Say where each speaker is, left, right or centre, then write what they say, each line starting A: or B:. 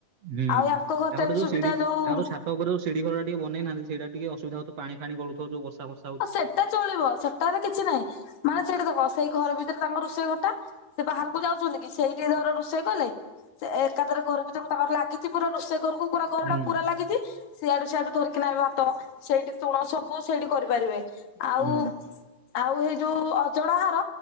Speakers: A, on the right (about 55°); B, on the left (about 80°).
A: ହୁଁ
B: ଆଉ ୟାଙ୍କ ଘର
A: ତାଙ୍କର
B: ଟା ବି
A: ଯୋଉ
B: ସୁବିଧା
A: ସିଢି
B: ଯୋଉ
A: ତାଙ୍କର ଛାତ ଉପରେ ଯୋଉ ସିଡି ଘରଟା ଟିକେ ବନେଇ ନାହାଁନ୍ତି ସେଇଟା ଟିକେ ଅସୁବିଧା ହଉଥିବ ପାଣି ଫାଣି ଗଳୁଥିବ ଯୋଉ ବର୍ଷା ଫରର୍ଷା
B: ଆଉ ସେଟା ଚଳିବ ସେଟାରେ କିଛି ନାହିଁ। ମାନେ ସେଇଠା ଦେଖ ସେଇ ଘର ଭିତରେ ତାଙ୍କ ରୁଷେଇ ଘଟା ସେ ବାହାରକୁ ଯାଉଛନ୍ତି କି ସେଇଠି ଧର ରୁଷେଇ କଲେ ସେ ଏକାଥରେ ଘରଭିତରୁ କୁ ତାଙ୍କର ଲାଗିଛି ପୁରା ରୋଷେଇ ଘରକୁ ପୁରା
A: ହୁଁ
B: ଘର ଟା ପୁରା ଲାଗି ଚି ସିଆଡୁ ସିଆଡୁ ଧରିକି ନା ଆଇଭାତ ସେଇଠି ତୁଣ ସବୁ ସେଇଠି କରି ପାରିବେ ଆଉ
A: ହୁଁ
B: ଆଉ ହେ ଯୋଉ ଅଜଣା ହର